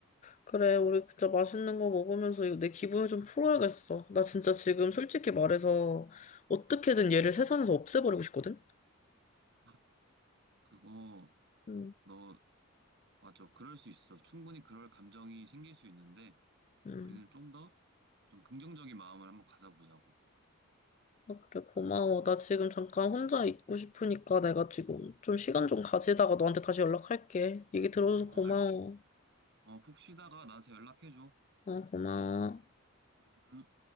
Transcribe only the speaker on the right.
아, 그거
너 맞아. 그럴 수 있어. 충분히 그럴 감정이 생길 수 있는데
우리는 좀 더 좀 긍정적인 마음을 한번 가져보자고.
어,
알, 어, 푹 쉬다가 나한테 연락해줘.
음.